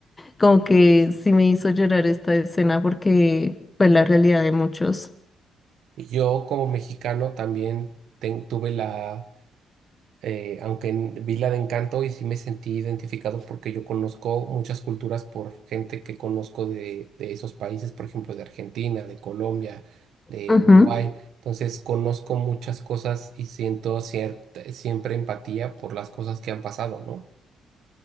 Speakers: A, on the left; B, on the right.
A: como que sí me hizo llorar esta escena porque fue la realidad de muchos.
B: Y Yo como mexicano también ten- tuve la... eh, aunque en- vi la de Encanto y sí me sentí identificado porque yo conozco muchas culturas por gente que conozco de, de esos países, por ejemplo, de Argentina, de Colombia, de
A: Ujú.
B: Uruguay. Entonces conozco muchas cosas y siento cierta, siempre empatía por las cosas que han pasado, ¿no?